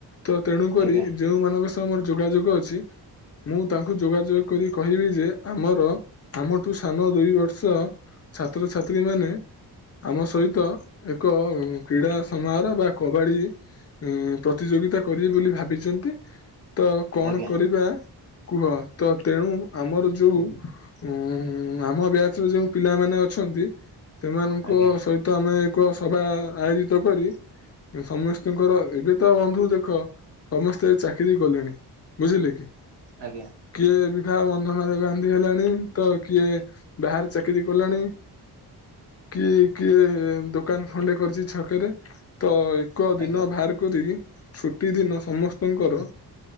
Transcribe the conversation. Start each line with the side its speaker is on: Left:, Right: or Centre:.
Left: ତ ତେଣୁ କରି
Right: ଆଜ୍ଞା
Left: ଯୋଉମାନଙ୍କ ସହ ମୋର ଯୋଗାଯୋଗ ଅଛି। ମୁଁ ତାଙ୍କୁ ଯୋଗାଯୋଗ କରି କହିବି ଯେ ଆମର ଆମଠୁ ସାନ ଦୁଇ ବର୍ଷ ଛାତ୍ରଛାତ୍ରୀ ମାନେ ଆମ ସହିତ ଏକ କ୍ରୀଡା ସମାହାର ବା କବାଡି ପ୍ରତିଯୋଗିତା କରିବି ବୋଲି ଭାବିଚନ୍ତି। ତ କଣ
Right: ଆଜ୍ଞା
Left: କରିବା କୁଳ ତ ତେଣୁ ଆମର ଯୋଉ ଉଁ ଆମ ବ୍ୟାଚରେ ଯୋଉ ପିଲାମାନେ ଅଛନ୍ତି ସେମାନଙ୍କ
Right: ଆଜ୍ଞା
Left: ସହିତ ଆମେ ଏକସଭା ଆୟୋଜିତ କରି ସମସ୍ତିଙ୍କର ଏବେ ତ ବନ୍ଧୁ ଦେଖ ସମସ୍ତେ ଚାକିରି କଲେଣି। ବୁଝିଲେ କି?
Right: ଆଜ୍ଞା।
Left: କିଏ ଏବିକା ବନ୍ଧନରେ ବାନ୍ଧି ହେଲାଣି। ତ କିଏ ବାହାରେ ଚାକିରି କଲାଣି। କିଏ କିଏ ଦୋ ଦୋକାନ ଖଣ୍ଡେ କରିଛି ଛକରେ। ତ ଏକ ଦିନ
Right: ଆଜ୍ଞା
Left: ବାହାର କରିକି ଛୁଟି ଦିନ ସମସ୍ତଙ୍କର